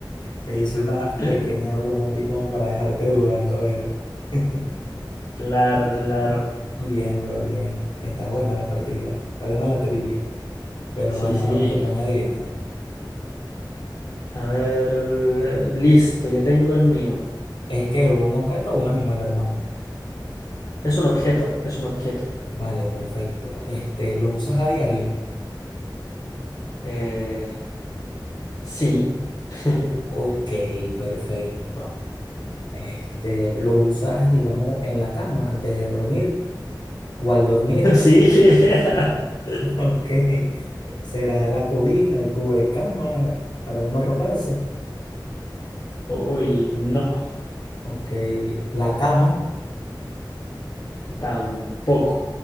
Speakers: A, on the left; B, on the left.
A: Te hice una
B: <laughs>
A: pequeña broma aquí como para dejarte dudando, a ver. <laughs>
B: Claro, claro.
A: Bien, bro, bien. Está buena la partida, está buena la trivia. Pero
B: Sí,
A: bueno,
B: sí.
A: ahora me toca a mí adivinar.
B: A ver, listo, ya tengo el mío.
A: ¿Es que un objeto o un animal, hermano?
B: Es un objeto, es un objeto.
A: Vale, perfecto. Este, ¿lo usas a diario?
B: Eh, sí. <laughs>
A: Ok, perfecto. Este, ¿lo usas, digamos, en la cama antes de dormir o al dormir?
B: Sí. <laughs>
A: <laughs> Ok. ¿Será la cobija, el cubrecama para uno arroparse?
B: Uy, no.
A: Ok. La cama,
B: Tampoco.